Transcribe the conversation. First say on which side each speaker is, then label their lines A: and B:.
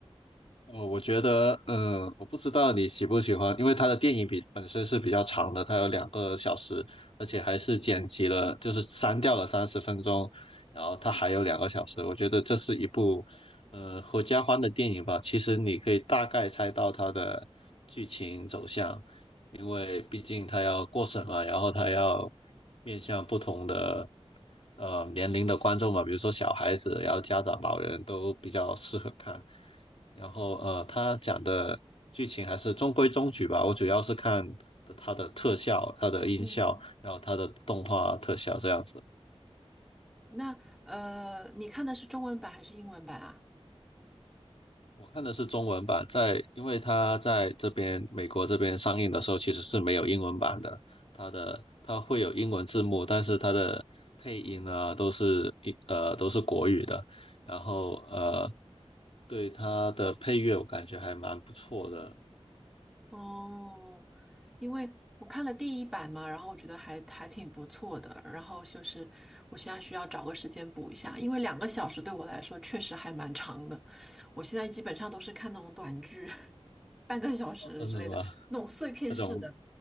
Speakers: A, on the left; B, in the centre.
A: 哦，我觉得，嗯，我不知道你喜不喜欢，因为他的电影比本身是比较长的，它有两个小时，而且还是剪辑了，就是删掉了三十分钟，然后它还有两个小时。我觉得这是一部，呃，合家欢的电影吧。其实你可以大概猜到它的剧情走向，因为毕竟它要过审嘛，然后它要面向不同的呃年龄的观众嘛，比如说小孩子，然后家长、老人都比较适合看。然后呃，他讲的剧情还是中规中矩吧。我主要是看的它的特效、它的音效，
B: 嗯嗯。
A: 然后它的动画特效这样子。
B: 那呃，你看的是中文版还是英文版啊？
A: 我看的是中文版，在因为它在这边美国这边上映的时候其实是没有英文版的，它的它会有英文字幕，但是它的配音啊都是一呃都是国语的，然后呃对它的配乐我感觉还蛮不错的。
B: 哦，因为我看了第一版嘛，然后我觉得还还挺不错的，然后就是我现在需要找个时间补一下，因为两个小时对我来说确实还蛮长的。我现在基本上都是看那种短剧，<laughs> 半个小时之类的，
A: 哦，真的吗？
B: 那种碎片式的。
A: 那种